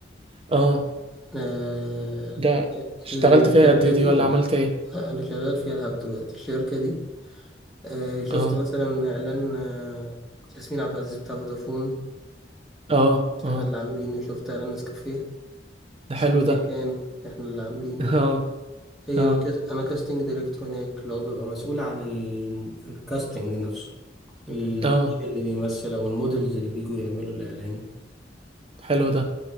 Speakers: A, on the right (about 30°); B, in the centre.
A: اه
B: آه...
A: ده اشتغلت
B: الشركة
A: فيها قد ايه
B: دي
A: دي ولا
B: آه،
A: عملت ايه
B: انا شغال فيها لحد دلوقتي الشركة دي آه، شفت
A: اه
B: مثلا إعلان آه، ياسمين عبد العزيز بتاع فودافون
A: اه اه
B: إحنا اللي عاملينه شفت إعلان نسكافيه
A: ده
B: نسكافيه
A: حلو ده
B: كان إحنا اللي عاملينه
A: <laughs> اه
B: هي
A: اه
B: الكس... أنا كاستنج دايركتور هناك اللي هو بيبقى مسؤول عن ال... الكاستنج نفسه التيم
A: اه
B: اللي بيمثل أو المودلز اللي بيجوا يعملوا الإعلان
A: حلو ده